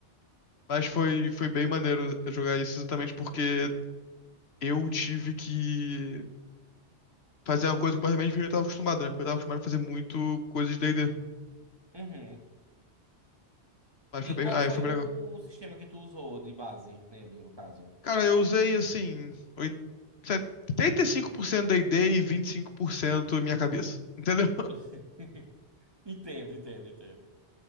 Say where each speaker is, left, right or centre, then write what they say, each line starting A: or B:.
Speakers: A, on the left; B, on the right.
A: Mas foi, foi bem maneiro jogar isso exatamente porque eu tive que fazer uma coisa completamente diferente do que eu tava acostumado, né? Porque eu tava acostumado a fazer muito coisa de D&D.
B: Uhum.
A: Mas
B: E
A: foi bem.
B: qual
A: Aí
B: foi
A: foi bem
B: o
A: legal.
B: sistema que tu usou de base nele, no caso?
A: Cara, eu usei assim, oit- 75% da ideia e 25% minha cabeça. Entendeu?
B: <laughs> Entendo, entendo, entendo.